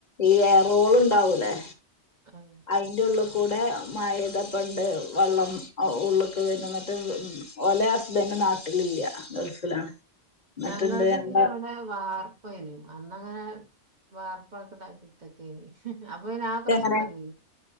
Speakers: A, on the left; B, on the right.
A: ഈ ഏ റോള് ണ്ടാവൂലേ.
B: ആഹ്.
A: അയ്ൻ്റെ ഉള്ള് കൂടെ മയയ്തപ്പണ്ട് വള്ളം ഉള്ള്ക്ക് വര്ണു ന്ന്ട്ട് ഓലെ ഹസ്ബൻഡ് നാട്ടിലില്ല്യ ഗൾഫിലാണ്. എന്നിട്ടുണ്ട്
B: ഞങ്ങൾടെ
A: ഞമ്മ
B: പിന്നെ ഇവടെ വാർപ്പേനു അന്നങ്ങനെ വാർപ്പൊക്കെ <unintelligible> അപ്പൊ പിന്നെ ആ പ്രശ്നല്ലേ
A: എങ്ങനെ